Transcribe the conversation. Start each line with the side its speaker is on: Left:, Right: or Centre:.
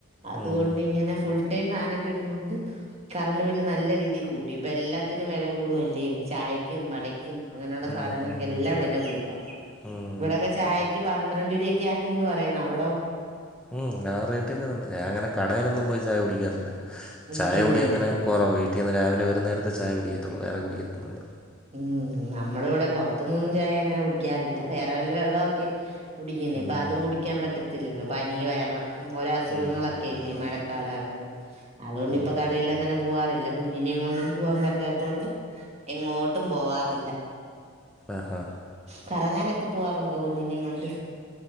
Right: അതുകൊണ്ട്.
Centre: ഉം. ഉം.
Right: ഇങ്ങനെ ഫുൾ ഇവടേയും ഫാനൊക്കെ ഇടുന്നുണ്ട് കറണ്ട് ബില് നല്ല രീതിയിൽ കൂട്ടി ഇപ്പ എല്ലാത്തിനും വില കൂടുവല്ലേ. കൈക്കും മടക്ക ക്യും അങ്ങനെയുള്ള
Centre: ഉം.
Right: സാധനങ്ങൾകെല്ലാം വില കൂട
Centre: ഉം.
Right: ഇവിടൊക്കെ ചായക്ക് പന്ത്രണ്ട്രിരി പി കീന്ന് പറയുന്ന അവിടോ?
Centre: ഉം ആ റേറ്റൊക്കെ തന്നെ ഞാൻ ങ്ങനെ കടയിലൊന്നും പോയി ചായ കുടിക്കാറില്ല.
Right: വീട്ടീന്ന്
Centre: ചായ കുടി
Right: തന്നെയല്ലേ
Centre: അങ്ങനെ കുറവ വീട്ടിൽന്ന് രാവിലെ ഒരു നേരത്തെ ചായ കുടിക്കത്തുള്ളൂ വേറെ കുടിക്കതോന്നൂല.
Right: ഉം നമ്മള ഇവിടെ പുറത്തുന്നൊന്നും ചായ അങ്ങനെ കുടിക്കാറില്ല വേറെ വല്ല വെള്ളമൊക്കെ കുടിക്കുന്നു ഇപ്പൊ
Centre: ഉം.
Right: അതും കുടിക്കാൻ പറ്റത്തില്ലല്ലോ പനി വയറിളൊക്കും ഓരോ അസുഖങ്ങളൊക്കെ
Centre: ഉം.
Right: ല്ലേ മഴ കാലായൊണ്ട് അതോണ്ട്
Centre: ഉം.
Right: പ്പൊ കടയിൽ അങ്ങനെ പോകവാാറില്ല കുഞ്ഞിനെയും കൊണ്ടും പോകാൻ പറ്റ പറ്റാത്തൊണ്ട് എങ്ങോട്ടും പോവാറില്ല.
Centre: ആഹാ
Right: കറങ്ങാനൊക്കെ പോവാറുണ്ടോ കുഞ്ഞിനേം കൊണ്ട്?